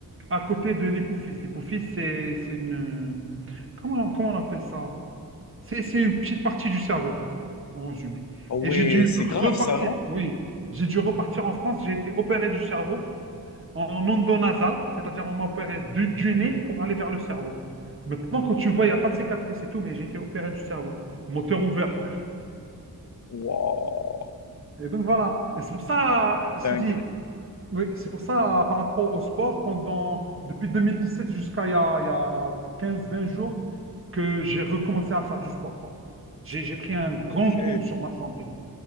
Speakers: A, on the right; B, on the left.
A: à côté de l'hypophyse. L'hypophyse, c'est c'est une... Comment, comment on appelle ça? C'est, c'est une petite partie du cerveau, quoi, en résumé.
B: Ah ouais,
A: Et j'ai dû
B: c'est
A: repartir,
B: grave ça, non?
A: oui, j'ai dû repartir en France, j'ai été opéré du cerveau en endonasal, c'est-à-dire on m'a opéré du, du nez pour aller vers le cerveau. Maintenant, quand tu vois, il n'y a pas de cicatrice et tout, mais j'ai été opéré du cerveau. Moteur ouvert, frère.
B: Waouh,
A: Et donc voilà. Et c'est pour ça, euh, je
B: dingue.
A: dit, Oui, c'est pour ça, euh, par rapport au sport, pendant, depuis 2017 jusqu'à il y a, il y a quinze vingt jours, que j'ai recommencé à faire du sport, quoi. J'ai, j'ai pris un grand
B: Ok.
A: coup sur ma santé.